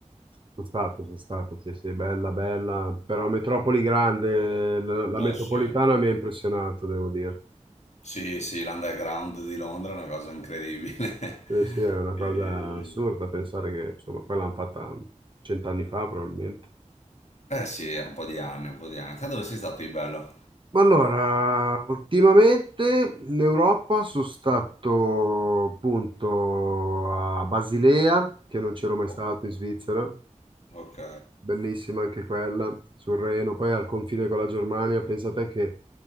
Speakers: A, on the right (about 40°); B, on the left (about 65°).
A: sono stato, sono stato, sì, sì, bella, bella. Però metropoli grande, la, la
B: Eh
A: metropolitana
B: sì.
A: mi ha impressionato, devo dire.
B: Sì, sì, l'underground di Londra è una cosa incredibile.
A: Sì, sì, è una
B: <laughs>
A: cosa
B: E-
A: assurda pensare che, insomma, poi l'hanno fatta cent'anni fa, probabilmente.
B: Eh sì, ha un po' di anni, un po' di anni. Te dove sei stato di bello?
A: Ma allora, ultimamente in Europa sono stato appunto a Basilea, che non c'ero mai
B: Oh,
A: stato in Svizzera,
B: ok.
A: bellissima anche quella, sul Reno, poi al confine con la Germania, pensate che